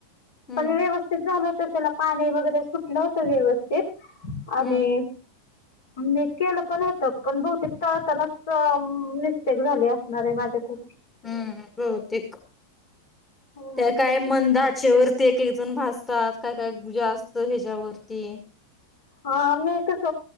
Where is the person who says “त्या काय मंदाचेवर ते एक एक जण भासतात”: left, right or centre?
Left